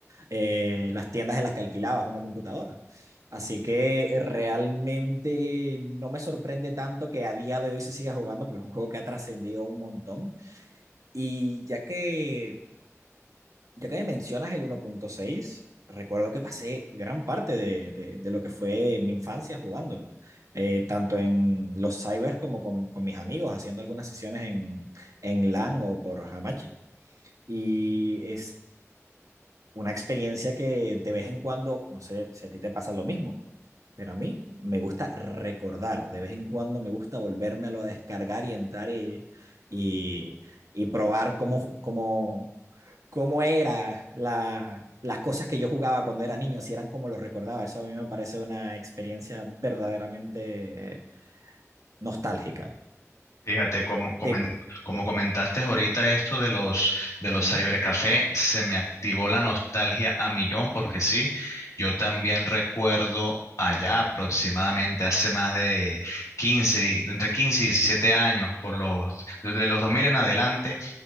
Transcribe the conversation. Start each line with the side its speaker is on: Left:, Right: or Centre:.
Right: eh, las tiendas en las que alquilabas una computadora. Así que eh, realmente no me sorprende tanto que a día de hoy se siga jugando porque es un juego que ha trascendido un montón. Y ya que, ya que me mencionas el uno punto seis recuerdo que pasé gran parte de, de, de, lo que fue mi infancia jugándolo, eh, tanto en los cybers como con, con, mis amigos, haciendo algunas sesiones en, en LAN o por Hamachi. Y es una experiencia que de vez en cuando, no sé si a ti te pasa lo mismo, pero a mí me gusta recordar, de vez en cuando me gusta volvérmelo a descargar y entrar y, y, y probar cómo, cómo, cómo eran la, las cosas que yo jugaba cuando era niño, si eran como los recordaba. Eso a mí me parece una experiencia verdaderamente nostálgica.
Left: Fíjate, como, comen-
Right: Te...
Left: como comentaste ahorita esto de los, de
Right: Uh
Left: los
Right: -huh.
Left: cybercafé, se me activó la nostalgia a millón porque sí, yo también recuerdo allá aproximadamente hace más de quince y- entre 15 y 17 años, por los, desde los 2000 en adelante,